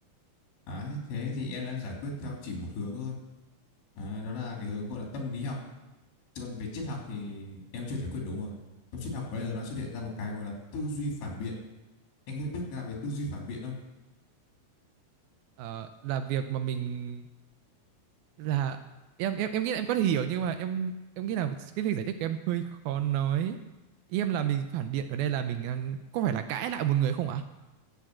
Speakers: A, on the left; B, on the right.
A: Đấy, thế thì em đang giải quyết theo chỉ một hướng thôi. Đấy, đó là cái hướng gọi là tâm lý học còn về triết học thì em chưa giải quyết đúng rồi. Trong triết học bây giờ nó xuất hiện ra một cái gọi là tư duy phản biện. Anh có biết ra về tư duy phản biện không?
B: Ờ, là việc mà mình là em em em nghĩ là em có thể hiểu nhưng mà em em nghĩ là cái việc giải thích của em hơi khó nói. Ý em là mình phản biện ở đây là mình đang có phải là cãi lại một người không ạ?